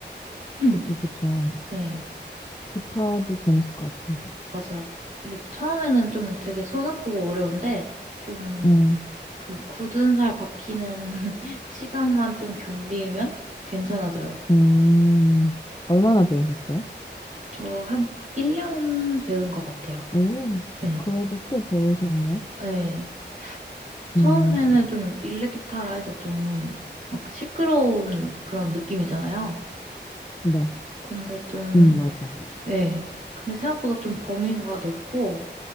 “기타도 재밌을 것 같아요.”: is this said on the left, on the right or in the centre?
Left